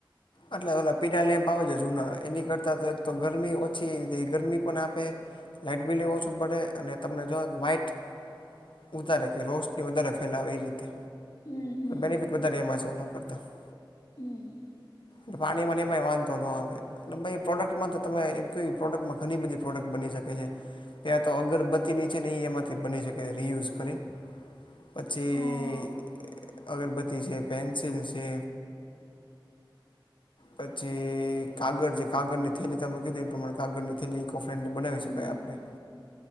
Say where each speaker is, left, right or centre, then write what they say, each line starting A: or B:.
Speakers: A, on the left; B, on the left.
A: એટલે એ પીડા લેમ્પ આવે છે જુના એની કરતાં તો એક તો ગરમી ઓછી ગરમી પણ આપે- - લાઈઇટ બિલ એ ઓછું પડે અને તમને જો કે વાાઈટ- - વધારે કે રોશની વધારે ફેલાવે એ રીતે
B: હમ હમ
A: બેનિફિટ વધારે એમાં છે એના કરતાં- -
B: હમ્મ.
A: એ પાણી મનેમાં વાંધો ન આવે. અને ભાઈ પ્રોડક્ટમાં તો તમે એમ કહ્યું એ પ્રોડક્ટમાં ઘણી બધી પ્રોડક્ટ બની શકે છે. ત્યાં તો અગરબત્તીની છે ને એમાંથી બની શકે રિયુઝ કરી. પછી
B: હા
A: અગરબત્તી છે પેન્સિલ છે. પછી કાગળ જે કાગળની થેલી તમે કીધી એ પ્રમાણે કાગળની થેલી ઇકો ફ્રેન્ડલી બનાવી
B: હમ
A: શકાય આપણે.